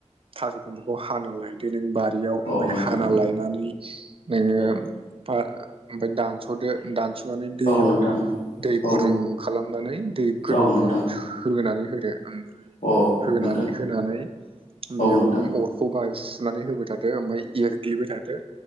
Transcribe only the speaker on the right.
थास' दंफांखौ हानालाय बि नों बारियाव ओमफ्राय
हाना लायनानै नोङो
ओमफ्राय दानस'दो दानस'नानै दैयाव
दै गुदुं
खालामनानै दै गोदौनायाव
होनानै होदो। ओमफ्राय
होनानै
होनानै बेयाव
नों अर खौ गाहायाव सुनानै होबाय थादो ओमफ्राय एरग्लिबाय थादो